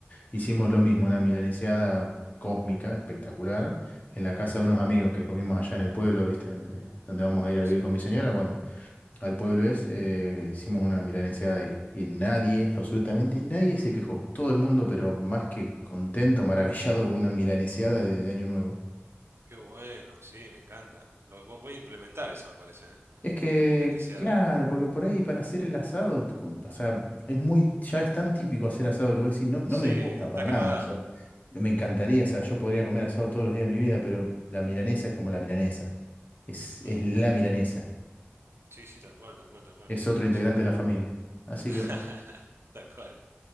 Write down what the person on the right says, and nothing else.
muy bien.
Sí,
qué bueno. Sí, me encanta. Lo, vo- voy a implementar eso, me parece, ¿eh?
La milaneseada.
Sí,
está
quemado.
Mm,
Sí, sí, tal cual, tal cual, tal cual.
Coincido.
<laughs>
Tal cual.